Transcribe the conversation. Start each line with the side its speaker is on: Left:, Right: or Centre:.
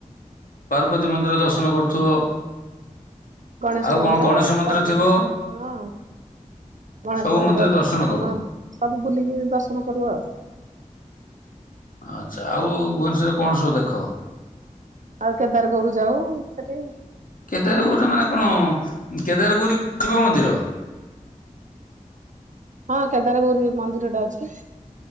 Left: ପାର୍ବତୀ ମନ୍ଦିର ଦର୍ଶନ କରୁଥିବ।
Right: ଗଣେଶ
Left: ଆଉ
Right: ମନ୍ଦିର,
Left: କଣ ଗଣେଶ ମନ୍ଦିର
Right: ପାର୍ବତୀ
Left: ଥିବ
Right: ହଁ। ଗଣେଶ
Left: ସବୁ
Right: ମନ୍ଦିର ଅଛି
Left: ଦର୍ଶନ କର
Right: ହଁ ସବୁ ବୁଲିକି ଦର୍ଶନ କରୁ ଆଉ।
Left: ଆଚ୍ଛା ଆଉ ଭୁବନେଶ୍ୱରରେ କଣ ସବୁ ଦେଖ?
Right: ଆଉ କେଦାର ଗୌରୀ ଯାଉ ସେଠି।
Left: କେଦାରଗୌରିରେ ମାନେ କଣ କେଦାରଗୌରୀ ଶିବ ମନ୍ଦିର?
Right: ହଁ କେଦାରଗୌରୀ ମନ୍ଦିରଟେ ଅଛି।